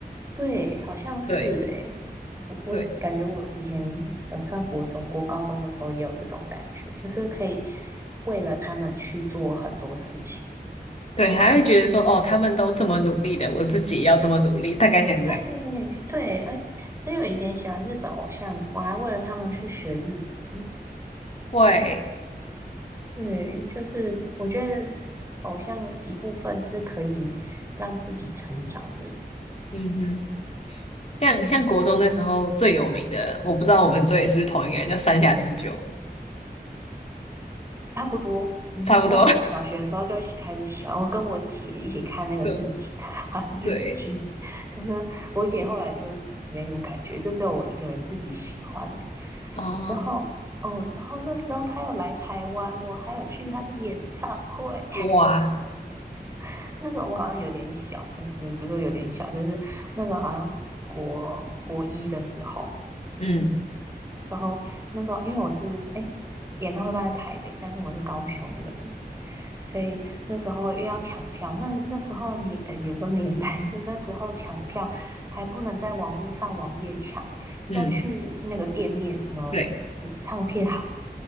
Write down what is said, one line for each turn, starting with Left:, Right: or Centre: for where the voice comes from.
Right: 对，好像是诶，
Left: 对
Right: 我我感觉我以前呃，
Left: 对
Right: 算国中、国高中的时候也有这种感觉，就是可以为了他们去做很多事情。
Left: 对，还会觉得说，哦，他们都这么努力的，我自己也要这么努力，大概像这样。
Right: 对对，而且而且我以前喜欢日本偶像，我还为了他们去学日文。
Left: 会，
Right: 对，就是我觉得偶像一部分是可以让自己成长的。
Left: 嗯哼，像像国中那时候最有名的，
Right: 嗯，
Left: 我不知道我们追的是不是同一个人，叫山下智久，
Right: 差不多，嗯，
Left: 差不多。
Right: 在我的小学的时候就开始喜欢，
Left: <laughs>
Right: 我跟我姐一起看那个日剧，
Left: 对
Right: <laughs> 日剧，
Left: 对
Right: 她说我姐后来就没什么感觉，就只有我一个人自己喜欢。
Left: 哦，
Right: 之后，哦，之后那时候她有来台湾，我还有去她的演唱会。
Left: 哇，
Right: <laughs> 那时候我好像有点小，哎，不是说有点小，就是那时候好像国国一的时候，
Left: 嗯
Right: 然后那时候因为我是哎诶演唱会办在台北，但是我是高雄人，所以那时候因为要抢票，那那时候年呃也不是年代，就那时候抢票还不能在网络上网页抢，
Left: 嗯，
Right: 要去那个店面什么
Left: 对，
Right: 唱片行。